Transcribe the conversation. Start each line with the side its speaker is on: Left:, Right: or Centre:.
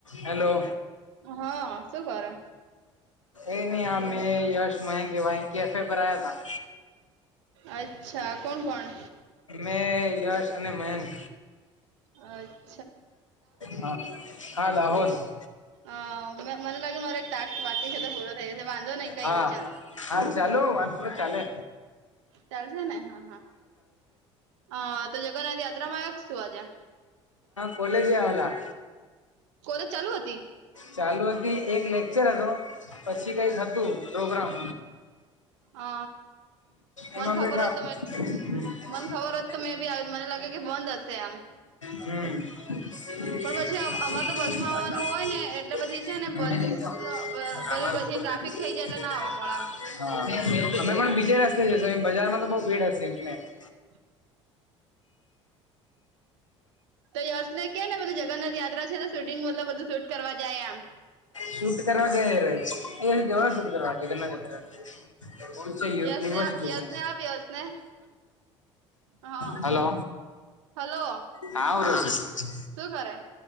Left: Hello.
Right: હા શું કરે
Left: એ નહિ હ, મેં યશ મહેંગે કેફે પર આયા હતા.
Right: અચ્છા, કોણ કોણ?
Left: મેં યશ અને મયંક.
Right: અરછા.
Left: હા, હા. <unintelligible> અવોદા.
Right: અ મને લાગે મારો તા વાકી છે, ખોલો થહી જશે, વાંધો નઈ કઈ
Left: હા
Right: ની ચાલે.
Left: હા, ચાલો વાત કરો ચાલે.
Right: ચાલશે ને, હા, હા, આ તો જગન્નાથ યાત્રામાં આયો કે શું આજે?
Left: કોલેજ આવેલા.
Right: કોલેજ ચાલુ હતી?
Left: ચાલુ હતી, એક લેક્ચર હતો, પછી કઈક હતું પ્રોગ્રામ.
Right: અ મને
Left: એમાં
Right: ખબર
Left: બેઠા
Right: હોત
Left: <unintelligible>
Right: મને ખબર હોત તો મે બી આજ મને લાગે કે બંધ હશે એમ.
Left: <inaudible> <unintelligible>
Right: પણ પછી
Left: હા
Right: અમારે તો બસમાં
Left: અમે
Right: આવવાનું હોય
Left: પણ
Right: ને એટલે પછી છે
Left: બીજે
Right: ને બસ
Left: રસ્તે
Right: ભલે
Left: <unintelligible>
Right: પછી ટ્રાફિક થઈ
Left: બજારમાં
Right: જાય એટલે ના આવવા મળે
Left: તો
Right: એમ
Left: બોઉ ભીડ હશે એટલે.
Right: <inaudible> તો યશને કેને પેલું જગન્નાથ યાત્રા છે શૂટિંગ મતલબ બધું શૂટ કરવા જાયે આમ.
Left: શૂટ કરવા <unintelligible>
Right: યશને
Left: <unintelligible> યુનિવર્સિટી
Right: યશને
Left: છે.
Right: આપ યશને હા
Left: હાલો
Right: હલો
Left: હા <unintelligible>
Right: શું કરે?